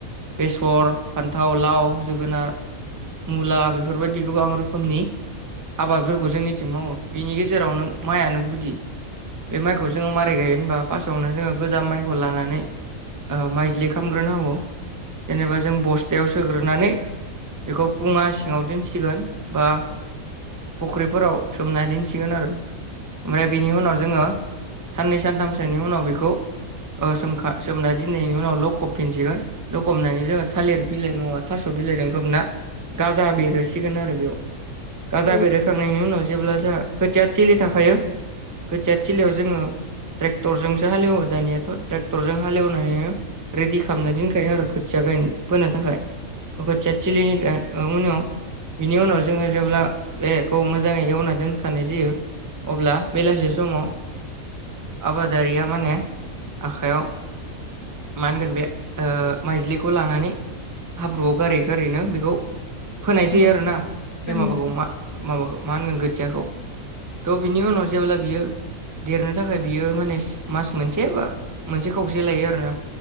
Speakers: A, on the right; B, on the left.
A: बेसर फान्थाव लाव जोगोनार मुला बेफोरबायदि गोबां रोखोमनि आबादफोरखौ जोंनिथिं मावो बिनि गेजेराव नों माइआनो गुदि। बे माइखौ जोङो मारै गायो होनबा फास्स्टआवनो जोङो गोजाम माइखौ लानानै माइज्लि खालामग्रोनांगौ जेनेबा जों बस्थायाव सोग्रोनानै बेखौ खुङा सिङाव दोनसिगोन बा फुख्रिफोराव सोमना दोनसिगोन आरो। ओमफ्राय बिनि उनाव जोङो साननै सानथामसोनि उनाव बेखौ सोम सोमना दिनैनि उनाव ल'खफिनसिगोन। लखबनानै जोङो थालिर बिलाइ नङा थास' बिलाइजों खोबना गाजा बेरहोसिगोन आरो बेयाव गाजा
B: औ
A: बेरहोखांनायनि उनाव जेब्ला जोंहा खोथिया थोलि थाखायो खोथिया थोलियाव जोङो ट्रेक्टरजोंसो हालेवो दानियाथ' ट्रेक्टरजों हाले एवनानैनो रेडि खालामना दोनखायो आरो खोथिया गायबोनो थाखाय खोथिया थिलिनि ओ उनाव बिनि उनाव जोङो जेब्ला बेखौ मोजाङै एवना दोनखानाय जायो अब्ला बेलासे समाव आबादारिया माने आखायाव मा होनगोन बे माइज्लिखौ लानानै हाब्रुआव गारै गारैनो बेखौ फोनाय जायो
B: औ
A: आरोना बे
B: थारैनो
A: माबाखौ मा माबाखौ मा होनगोन खोथियाखौ थ' बिनि उनाव जेब्ला बियो देरनो थाखाय बियो माने मास मोनसे बा मोनसे खावसे लायो आरोना